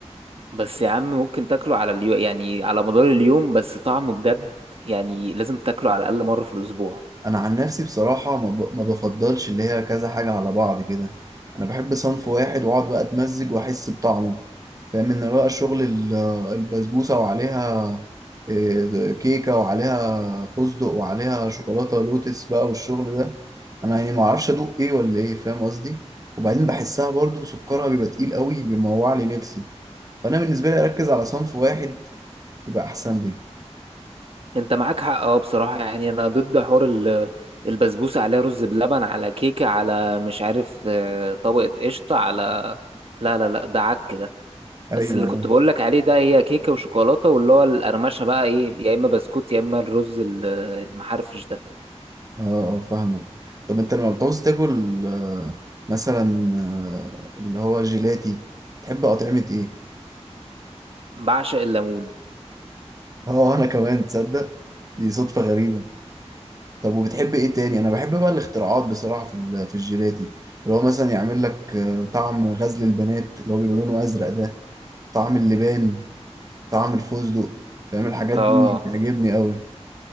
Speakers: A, on the right (about 55°); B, on the right (about 30°).
A: بس يا عم ممكن تاكله على اليوم يعني على مدار اليوم بس طعمه بجد يعني لازم تاكله على الأقل مرة في الأسبوع
B: انا عن نفسي بصراحه ما ب- ما بفضلش اللي هي كذا حاجه على بعض كده انا بحب صنف واحد واقعد بقى اتمزج واحس بطعمه فاهم ان بقى شغل ال- البسبوسه وعليها إيه، كيكه وعليها فستق وعليها شوكولاته لوتس بقى والشغل ده انا يعني ما اعرفش ادوق ايه ولا ايه فاهم قصدي وبعدين بحسها برضو سكرها بيبقى تقيل قوي بيموع لي نفسي فانا بالنسبه لي اركز على صنف واحد يبقى احسن لي
A: انت معاك حق اه بصراحة يعني انا ضد حوار ال- البسبوسة عليها رز بلبن على كيكة على مش عارف آه، طبقة قشطة على لا لا لا ده عك ده
B: ايوه
A: بس اللي كنت بقول لك عليه ده هي كيكة وشوكولاتة واللي هو القرمشة بقى ايه يا اما بسكوت يا اما الرز ال- المحرفش ده
B: اه اه فاهمك طب انت لما بتعوز تاكل آه، مثلا آه، اللي هو جيلاتي تحب اطعمة ايه؟
A: بعشق الليمون
B: اه انا كمان تصدق دي صدفة غريبة طب وبتحب ايه تاني؟ انا بحب بقى الاختراعات بصراحة في ال- في الجيلاتي اللي هو مثلا يعمل لك آه، طعم غزل البنات اللي هو بيبقى لونه ازرق ده طعم اللبان طعم الفستق فاهم الحاجات
A: اه
B: دي بتعجبني قوي